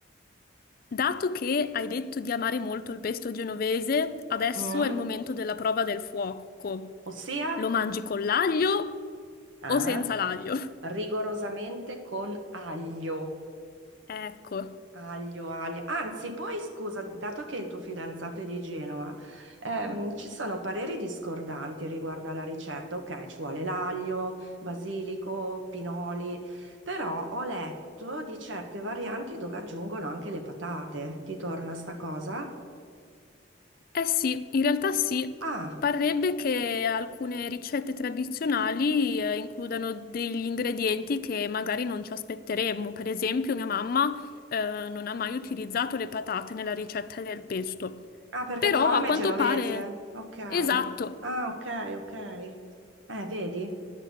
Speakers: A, on the left; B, on the right.
A: Dato che hai detto di amare molto il pesto genovese, adesso
B: Mm?
A: è il momento della prova del fuoco.
B: Ossia?
A: Lo mangi con l'aglio
B: Ah,
A: o senza l'aglio?
B: rigorosamente
A: <laughs>
B: con aglio.
A: Ecco.
B: Aglio, aglio. Anzi, poi scusa, dato che il tuo fidanzato è di Genova, ehm, ci sono pareri discordanti riguardo alla ricetta. Ok, ci vuole l'aglio, basilico, pinoli, però ho letto di certe varianti dove aggiungono anche le patate. Ti torna sta cosa?
A: Eh sì, in realtà sì.
B: Ah,
A: Parrebbe che alcune ricette tradizionali eh, includano degli ingredienti che magari non ci aspetteremmo. Per esempio, mia mamma eh, non ha mai utilizzato le patate nella ricetta del pesto.
B: ah, perché
A: Però
B: tua mamma
A: a quanto
B: è genovese.
A: pare...
B: Ok.
A: Esatto.
B: Ah, ok, ok. Eh, vedi?